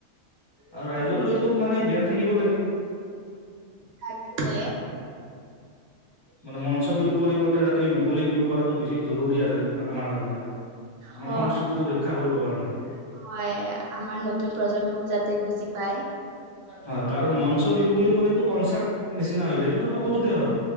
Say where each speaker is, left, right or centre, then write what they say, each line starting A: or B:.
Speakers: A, on the right; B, on the right.
A: আৰু ৰাইজৰো
B: আপুনি ঠিক
A: এইটো মানে জ্ঞান থাকিব লাগে।
B: তাকে।
A: মানে মঞ্চ বিহুৰ পৰিৱৰ্তে যাতে মুকলি বিহু কৰাটো বেছি জৰুৰী আছে আমাৰ কাৰণে। আমাৰ
B: হয়
A: সংস্কৃতিটো ৰক্ষা কৰিবৰ কাৰণে।
B: হয় আমাৰ নতুন প্ৰজন্মও যাতে বুজি পায়।
A: হয় কাৰণ মঞ্চ বিহু বুলি কলেটো কনচাৰ্ট নিচিনা হৈ যায় এইটো সকলোতে হয়।